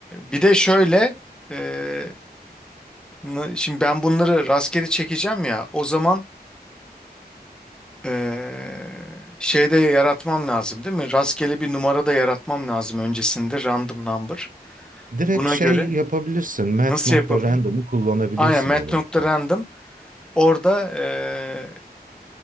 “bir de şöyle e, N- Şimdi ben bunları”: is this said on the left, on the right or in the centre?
Centre